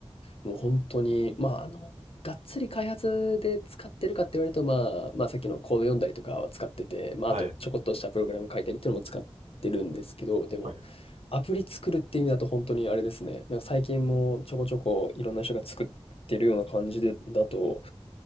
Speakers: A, on the left; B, on the right.
A: もう本当に、まあ、あの、がっつり開発で使ってるかって言われると、まあ、まあ、さっきのコード読んだりとかは使ってて、まあ、
B: はい。
A: あとちょこっとしたプログラム書いたりっていうのも使ってるんですけど、でも、
B: はい。
A: アプリ作るって意味だと本当にあれですね。なんか最近もちょこちょこいろんな人が作ってるような感じで、だと、